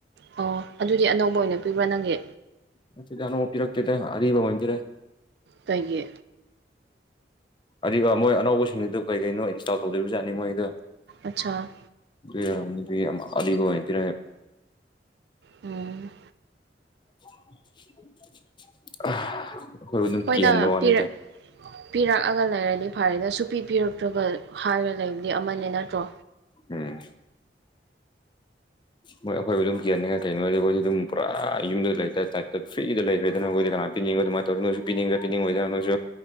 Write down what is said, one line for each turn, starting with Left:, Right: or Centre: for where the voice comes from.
Right: ꯑꯣ ꯑꯗꯨꯗꯤ ꯑꯅꯧꯕ ꯑꯣꯏꯅ ꯄꯤꯕ꯭ꯔꯥ ꯅꯪꯒꯤ
Left: ꯅꯠꯇꯦꯗ ꯑꯅꯧꯕ ꯄꯤꯔꯛꯛꯇꯗ ꯑꯔꯤꯕꯟꯗꯔꯦ
Right: ꯇꯒꯤ
Left: ꯑꯗꯨ ꯃꯣꯏ ꯑꯅꯧꯕꯁꯤꯡꯗꯨ ꯀꯩ ꯀꯩꯅꯣ ꯏꯟꯁꯇꯣꯜ ꯇꯧꯗꯣꯏꯕꯖꯠꯅꯤ ꯃꯣꯏꯒꯤꯗꯨ
Right: ꯑꯆꯥ
Left: ꯌꯥꯔ ꯑꯔꯤꯕ ꯑꯣꯏ ꯄꯤꯔꯦ
Right: ꯎꯝ
Left: <unintelligible>
Right: ꯍꯣꯏꯗ
Left: ꯀꯤꯍꯟꯕ ꯋꯥꯅꯤꯗ
Right: ꯄꯤꯔ ꯄꯤꯔꯛꯑꯒ ꯂꯩꯔꯗꯤ ꯐꯔꯦꯗ ꯁꯨꯄꯤ ꯄꯤꯔꯛꯇ꯭ꯔꯒ ꯍꯥꯏꯔꯒ ꯂꯩꯕꯗꯤ ꯑꯃꯅꯦ ꯅꯠꯇ꯭ꯔꯣ
Left: ꯎꯝ ꯃꯣꯏ ꯑꯩꯈꯣꯏꯕꯨ ꯑꯗꯨꯝ ꯀꯦꯟꯅꯤꯡꯉ ꯀꯩꯅꯣꯗꯤ ꯑꯩꯈꯣꯏꯗꯤ ꯑꯗꯨꯝ ꯄꯨꯔꯥ ꯌꯨꯝꯗ ꯂꯩꯇ ꯐ꯭ꯔꯤꯗ ꯂꯩꯈ꯭ꯔꯦꯗꯅ ꯑꯩꯈꯣꯏꯗꯤ ꯀꯅꯥ ꯄꯤꯅꯤꯡꯕ ꯑꯗꯨꯥꯏꯅ ꯇꯧꯔ ꯅꯣꯏꯁꯨ ꯄꯤꯅꯤꯡꯕ ꯄꯅꯤꯡꯉꯣꯏꯗꯅ ꯅꯣꯏꯁꯨ